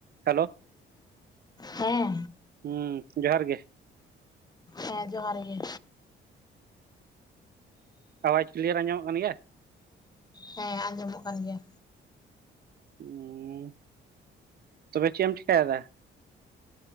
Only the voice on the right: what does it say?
Hello
᱾ᱦᱩᱸ ᱡᱚᱦᱟᱨ ᱜᱮ
ᱟᱣᱟᱡᱽ ᱠᱞᱤᱭᱟᱨ ᱟᱸᱚᱢᱚᱜ ᱠᱟᱱ ᱜᱮᱭᱟ
<unintelligible> ᱛᱚᱵᱮ ᱪᱮᱫ ᱮᱢ ᱪᱤᱠᱟᱭᱮᱫᱟ